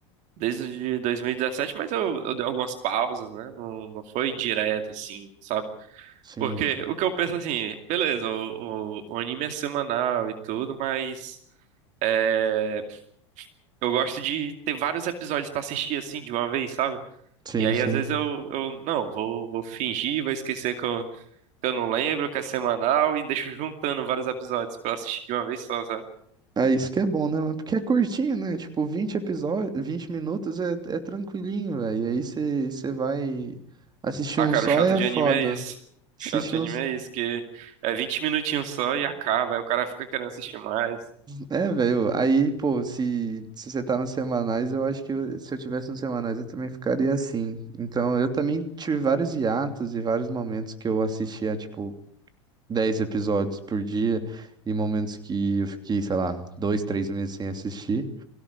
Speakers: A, on the right; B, on the right.
A: desde 2017, mas eu, eu dei algumas pausas, né? Não, não foi direto assim, sabe?
B: Sim,
A: Porque o que eu penso assim, beleza, o, o, o anime é semanal e tudo, mas é, eu gosto de ter vários episódios pra assistir assim de uma vez, sabe?
B: sim,
A: E aí
B: sim.
A: às vezes eu, eu não, vou, vou fingir, vou esquecer que eu, que eu não lembro, que é semanal e deixo juntando vários episódios pra assistir de uma vez só, sabe?
B: É isso que é bom, né, mano? Porque é curtinho, né? Tipo, 20 episódios, 20 minutos é, é tranquilinho, velho. E aí você vai assistir
A: Ah,
B: um
A: cara,
B: só
A: o chato
B: é
A: de
B: foda.
A: anime é isso.
B: Assistir
A: O chato de anime
B: um.
A: é isso, que é 20 minutinhos só e acaba, aí o cara fica querendo assistir mais.
B: É, velho, aí, pô, se, se você tá nos semanais, eu acho que eu- se eu tivesse nos semanais eu também ficaria assim. Então, eu também tive vários hiatos e vários momentos que eu assistia, tipo, 10 episódios por dia e momentos que eu fiquei, sei lá, dois, três meses sem assistir.